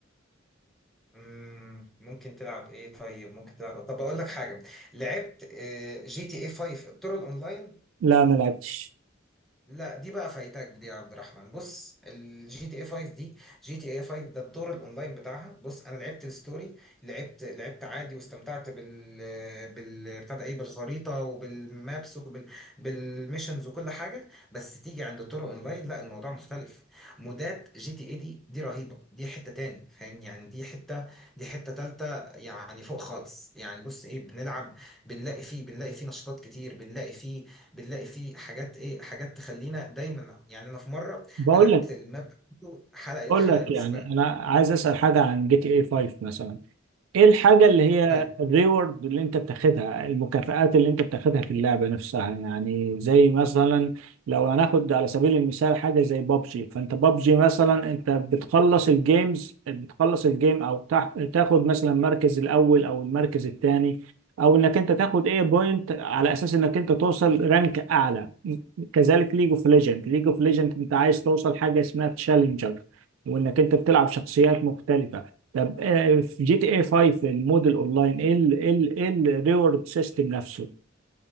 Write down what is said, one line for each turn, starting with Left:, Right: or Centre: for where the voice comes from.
Centre: مم، ممكن تلعب ايه طيب ممكن تلعب طب اقول لك حاجه لعبت آه، جي تي اي 5 الطرق الاونلاين
Right: لا ما لعبتش
Centre: لا دي بقى فايتاك دي يا عبد الرحمن بص الجي تي اي 5 دي جي تي اي 5 ده الدور الاونلاين بتاعها بص انا لعبت الستوري لعبت لعبت عادي واستمتعت بال بال بتاع ده ايه بالخريطه وبالمابس وبال بالميشنز وكل حاجه بس تيجي عند الطرق اونلاين لا الموضوع مختلف مودات جي تي اي دي دي رهيبه دي حته تاني فاهم يعني دي حته دي حته تالته يعني فوق خالص يعني بص ايه بنلعب بنلاقي فيه بنلاقي فيه نشاطات كتير بنلاقي فيه بنلاقي فيه حاجات ايه حاجات تخلينا دايما يعني انا في مره
Right: بقول
Centre: قلبت
Right: لك
Centre: الماب بتاعته حلقه
Right: بقول
Centre: حلقه
Right: لك يعني
Centre: سباق
Right: انا عايز اسال حاجه عن جي تي اي 5 مثلا ايه الحاجة اللي هي
Centre: اوكي
Right: الريورد اللي انت بتاخدها المكافآت اللي انت بتاخدها في اللعبة نفسها يعني زي مثلا لو هناخد على سبيل المثال حاجة زي بابجي فانت بابجي مثلا انت بتخلص الجيمز بتخلص الجيم او تا- تاخد مثلا المركز الاول او المركز الثاني او انك انت تاخد ايه بوينت على اساس انك انت توصل رانك اعلى كذلك ليج اوف ليجند ليج اوف ليجند انت عايز توصل حاجة اسمها تشالنجر وانك انت بتلعب شخصيات مختلفة طب آه، في جي تي اي 5 الموديل اونلاين ايه ال ايه ال ايه الريورد سيستم نفسه